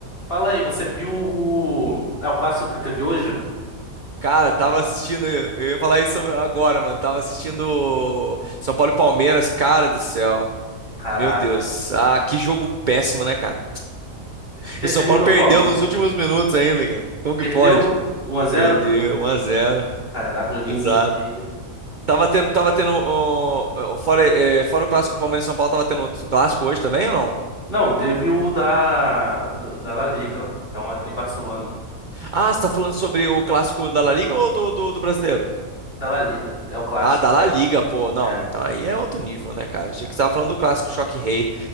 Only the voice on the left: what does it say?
Fala aí, você viu o. É o clássico que teve hoje?
Caraca.
Te-
terminou
quanto?
Perdeu?
um a zero?
Caraca, joguinho
feio.
Não, teve o da. Da, da La Liga, é o Madrid e Barcelona.
Da La Liga, é o clássico,
é.
É.